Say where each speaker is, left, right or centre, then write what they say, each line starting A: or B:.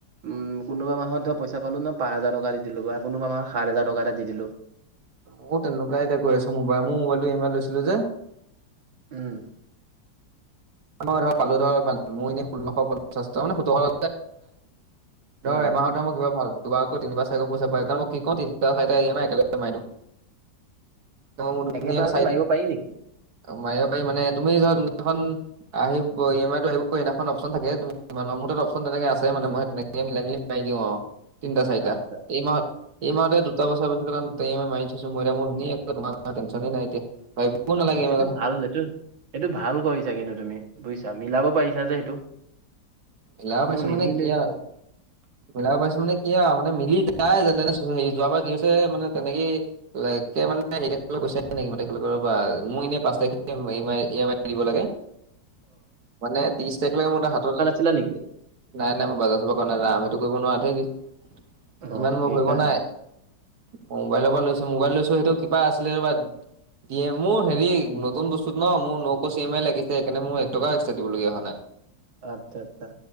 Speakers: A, on the right; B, on the right.
A: উম' কোনোবা মাহত ধৰ পইচা পালোঁ ন' পাঁ হাজাৰ টকা দি দিলোঁ বা কোনোবা মাহত সাত হাজাৰ টকা এটা দি দিলোঁ।
B: মো‌ তেনেকুৱাই এতিয়া কৈ আছো মোবাই মো মোবাইলটো ই এমা আইত লৈছিলো যে।
A: উম'
B: মই ধৰ পালো ধৰক ইমান মোৰ এনেই ষোল্লশ পঞ্চাছটা মানে সোতৰশ
A: উম।
B: ধৰ এমাহত- মই কিবা ভাল দুবাৰকৈ তিনিবাৰ চাৰিবা পইচা পাই যাওঁ ময় কি কওঁ তিনিটা চাইটা ই য়েমাই একেলগে মাৰি দিম।
A: <inaudible>
B: এবাৰ মোৰ
A: একেবাৰতে
B: ধুনীয়াকৈ চাৰিদিন
A: মাৰিব পাৰি নেকি
B: মাৰিব পাৰিম মানে তুমি যোৱা দিনাখন- আহিব ই এম আইতো আহিব সেইদিনাখন অপচন থাকে তুমি মো তাত অপশন নাথাকে আছে মানে মই তেনে- কে মিলাই মিলি চাই দিওঁ আওঁ, তিনিটা চাৰিটা
A: সাত হাজাৰ
B: এইমাহত- এই মাহতে দুটা পইচা পাইছিলো কাৰণে ত ই এ মাই মাৰি থৈছোং ময় এতিয়া মো ধুনীয়াকৈ দুটা মাহ তেনচনে নাই এতিয়া।
A: অঁ
B: নালাগে
A: সেইটো
B: এই কথা
A: ভাল এইটো সেইটো ভাল কৰিছা কিন্তু তুমি, বুজিছা মিলাব পাৰিছা যে সেইটো।
B: মিলাব পাৰিছোঁ
A: মোৰ নিমিলেই
B: মানে কি
A: আকৌ।
B: আও। মিলাব পাৰিছোঁ মানে কি আও মানে মিলি যায় যেনতেনে হেৰি যোৱাবাৰ কি কৈছে মানে তেনেকেই- লেকে মানে কি হৈছে ৰবা মোৰ এনে পাঁচ তাৰিখে ই এম আই দিব লাগে। মানে ত্ৰিশ তাৰিখলৈকে মোৰ তা হাতত-
A: গৈছিলা নেকি?
B: নাই নাই মই বাজাৰ চাজাৰ কৰিব নাযাওঁ, ময়টো কৰিব নোৱাৰো তয় কি
A: অ
B: ইমান মোৰ
A: সেইকাৰণে
B: কৰিব নাই। মোবাইলৰ পৰা লৈছোঁ মোবাইল লৈছোঁ সেইটো কিবা আছিলে ৰবা। দিয়ে মোৰ হেৰি নতুন বস্তুত ন মোৰ নকশ চি এম আই লাগিছে সেইকাৰনে মোৰ এক টকা এক্সট্ৰা দিবলগীয়া হোৱা নাই।
A: আৎচ্ছা আৎচ্ছা।